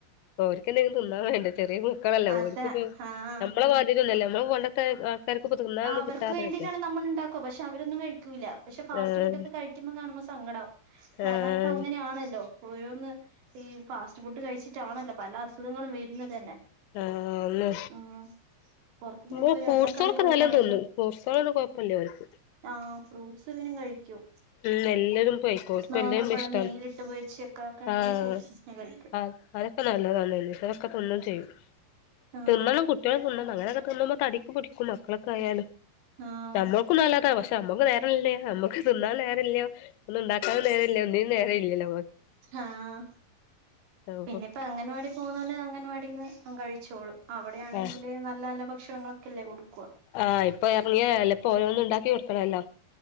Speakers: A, on the left; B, on the right.
A: ഓര് ക്ക് എന്തെങ്കിലും തിന്നാൻ വേണ്ടേ ചെറിയ മക്കളല്ലേ
B: അതെ
A: അവർക്ക്
B: ആഹ്
A: നമ്മൾ മാതിരി ഒന്നുമല്ല നമ്മൾ പണ്ടത്തെ. ആൾക്കാർക്ക് ഇപ്പോ തിന്നാനൊന്നും
B: അവർക്ക്
A: കിട്ടാതായില്ലേ
B: വേണ്ടിയിട്ടാണ് നമ്മൾ ഉണ്ടാക്കുക പക്ഷെ അവരൊന്നും കഴിക്കൂല്ല പക്ഷെ ഫാസ്റ്റ്
A: ആഹ്
B: ഫുഡ് ഒക്കെ കഴിക്കുന്നത് കാണുമ്പോ സങ്കടാവും കാരണം
A: ആഹ്
B: ഇപ്പൊ അങ്ങനെ ആണല്ലോ. ഓരോന്ന് ഈ ഫാസ്റ്റ് ഫുഡ് കഴിച്ചിട്ടാണല്ലോ പല അസുഖങ്ങളും വരുന്നത് തന്നെ.
A: ആന്ന്
B: ഉം പുറത്തുന്ന്
A: മ
B: ഇപ്പൊ ഒരു
A: ഫ്രൂ
B: എണ്ണക്കടി
A: ട്‌സാളൊക്കെ
B: പോലും
A: നല്ലോണം
B: വാങ്ങിച്ചോ
A: തിന്നും ഫ്രൂട്‌സാളൊന്നും കൊഴ്പ്പല്ലോർക്ക്
B: ആ ഫ്രൂട്ട്സ് എന്തെങ്കിലും കഴിക്കും
A: ഉം എല്ലതും കഴിക്കും ഓര്ക്ക്
B: നേന്ദ്രപഴം
A: എല്ലതും ഇഷ്ടാണ്
B: നെയ്യിലിട്ട് പൊര്ച്ചൊക്കെ ആക്കാണെങ്കി
A: ആഹ്
B: കൊടു <unintelligible>
A: ആഹ് അതൊക്കെ നല്ലതാണ് അതൊക്കെ പ്പെ എന്നും ചെയ്യും
B: ആഹ്
A: തിന്നണം കുട്ടിയള് തിന്നണം അങ്ങനെയൊക്കെ തിന്നുമ്പം. തടിക്ക് പിടിക്കും മക്കളൊക്കെ ആയാലും.
B: ആഹ്
A: നമ്മൾക്കും നല്ലതാ പക്ഷെ അമ്മക്ക് നേരല്ല അമ്മക്ക് തിന്നാൻ നേരല്ല്യ ഒന്നു ഇണ്ടാക്കാനും. നേരല്ല ഒന്നിനും നേരല്ലല്ലോ
B: ആഹ്
A: നമ്മക്ക്
B: പിന്നപ്പ അങ്ങൻവാടി പൊന്നൊണ്ട് അംഗൻവാടിന്ന് കഴിച്ചോളും അവിടെയാണെങ്കില്
A: ആഹ്
B: നല്ല നല്ല ഭക്ഷണങ്ങളൊക്കെല്ലേ കൊടുക്ക
A: ആ ഇപ്പോ എർങ്ങിയതാ <unintelligible> പ്പോ ഓരോന്ന് ഇണ്ടാക്കി കൊട്‌ക്കണല്ലോ